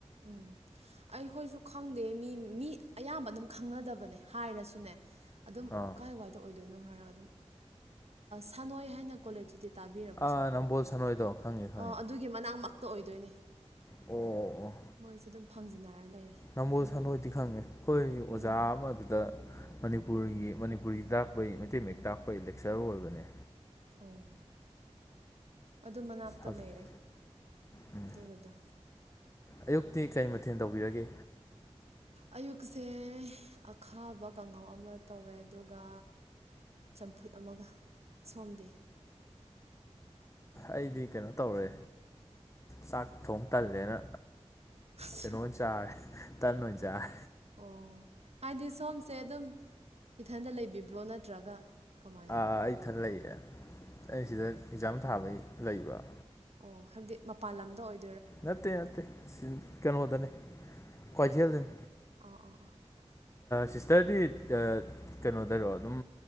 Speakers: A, on the right; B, on the left.
A: ꯎꯝ ꯑꯩꯈꯣꯏꯁꯨ ꯈꯪꯗꯦ ꯃꯤ ꯃꯤ ꯑꯌꯥꯝꯕ ꯑꯗꯨꯝ ꯈꯪꯅꯗꯕꯅꯦ ꯍꯥꯏꯔꯁꯨꯅꯦ ꯑꯗꯨꯝ
B: ꯑꯥ
A: ꯀꯥꯏ ꯋꯥꯏꯗ ꯑꯣꯏꯗꯣꯏꯅꯣ ꯍꯥꯏꯔꯒ ꯑꯗꯨꯝ ꯁꯥꯟꯅꯣꯏ ꯍꯥꯏꯅ ꯀꯣꯂꯦꯖꯇꯗꯤ ꯇꯥꯕꯤꯔꯕ꯭ꯔꯁꯨ
B: ꯑꯥ ꯅꯝꯕꯣꯜ ꯁꯥꯟꯅꯣꯏꯗꯣ ꯈꯪꯉꯦ ꯈꯪꯉꯦ
A: ꯑꯥ ꯑꯗꯨꯒꯤ ꯃꯅꯥꯛꯃꯛꯇ ꯑꯣꯏꯗꯣꯏꯅꯦ
B: ꯑꯣ ꯑꯣ ꯑꯣ
A: ꯃꯣꯏꯁꯦ ꯑꯗꯨꯝ ꯐꯪꯖꯤꯟꯅꯔ ꯂꯩꯔꯦ
B: ꯅꯝꯕꯣꯜ
A: ꯎꯝ
B: ꯁꯥꯟꯅꯣꯏꯗꯤ ꯈꯪꯉꯦ ꯑꯩꯈꯣꯏ ꯑꯣꯖꯥ
A: ꯎꯝ
B: ꯑꯃꯗꯨꯗ ꯃꯅꯤꯄꯨꯔꯒꯤ ꯃꯅꯤꯄꯨꯔꯤ ꯇꯥꯛꯄꯩ ꯃꯩꯇꯩ ꯃꯌꯦꯛ ꯇꯥꯛꯄꯒꯤ ꯂꯦꯛꯆꯔ ꯑꯣꯏꯕꯅꯦ
A: ꯑꯣ ꯑꯗꯨ ꯃꯅꯥꯛꯇ
B: ꯍꯧꯖꯤꯛ-
A: ꯂꯩꯔꯦ
B: ꯎꯝ
A: ꯑꯗꯨꯒꯤꯗꯣ
B: ꯑꯌꯨꯛꯇꯤ ꯀꯩ ꯃꯊꯦꯜ ꯇꯧꯕꯤꯔꯒꯦ
A: ꯑꯌꯨꯛꯁꯦ ꯑꯈꯥꯕ ꯀꯥꯡꯍꯧ ꯑꯃ ꯇꯧꯋꯦ ꯑꯗꯨꯒ ꯆꯝꯐꯨꯠ ꯑꯃꯒ ꯁꯣꯝꯗꯤ
B: ꯑꯩꯗꯤ ꯀꯩꯅꯣ ꯇꯧꯔꯦ ꯆꯥꯛ ꯊꯣꯡ ꯇꯜꯂꯦꯅ
A: ꯑꯁ
B: ꯀꯩꯅꯣ ꯆꯥꯔꯦ ꯇꯟ ꯑꯣꯏꯅ ꯆꯥꯔꯦ
A: ꯑꯣ ꯍꯥꯏꯗꯤ ꯁꯣꯝꯁꯦ ꯑꯗꯨꯝ ꯏꯊꯟꯇ ꯂꯩꯕꯤꯕ꯭ꯔꯣ ꯅꯠꯇ꯭ꯔꯒ ꯀꯃꯥꯏꯅ
B: ꯑ ꯏꯊꯥꯟ ꯂꯩꯌꯦ ꯑꯩ ꯁꯤꯗ ꯑꯦꯛꯖꯥꯝ ꯊꯥꯕꯩ ꯂꯩꯕ
A: ꯑꯣ ꯍꯥꯏꯕꯗꯤ ꯃꯄꯥꯟ ꯂꯝꯗ ꯑꯣꯏ
B: ꯅꯠꯇꯦ ꯅꯠꯇꯦ ꯁꯤ ꯀꯩꯅꯣꯗꯅꯤ ꯀ꯭ꯋꯥꯏꯊꯦꯜꯗꯅꯤ
A: ꯑꯣ ꯑꯣ
B: ꯁꯤꯁꯇꯔꯗꯤ ꯀꯩꯅꯣꯗꯔꯣ ꯑꯗꯨꯝ